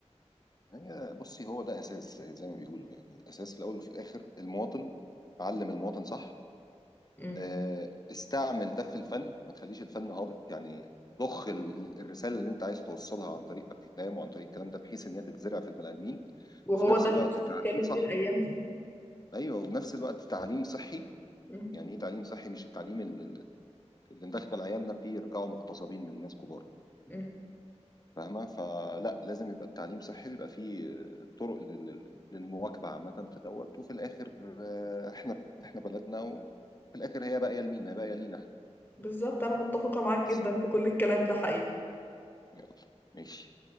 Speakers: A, on the left; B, on the left.
A: هي بصي هو ده اساس زي ما بيقولوا يعني الاساس في الاول وفي الاخر المواطن علم المواطن صح
B: مم.
A: آه، استعمل ده في الفن ما تخليش الفن هابط يعني ضخ ال- ال- الرساله اللي انت عايز توصلها عن طريق افلام وعن طريق الكلام ده بحيث ان هي تتزرع في البني ادمين
B: وهو
A: وفي نفس
B: ده
A: الوقت
B: اللي السيسي
A: تعليم
B: اتكلم
A: صح
B: فيه الايام دي
A: ايوه وفي نفس الوقت تعليم صحي
B: مم.
A: يعني ايه تعليم صحي مش التعليم ال- ال- اللي ندخل عيالنا فيه يرجعوا مغتصبين من ناس كبار
B: مم.
A: فاهمه فلا لازم يبقى التعليم صحي بيبقى فيه آه، طرق لل- لل- للمواكبه عامه في دوت وفي الاخر آه، احنا احنا بلدنا وفي الاخر هي باقيه لمين ما هي باقيه لينا
B: بالظبط انا متفقه معاك جدا
A: احنا
B: في كل الكلام ده حقيقي
A: يلا ماشي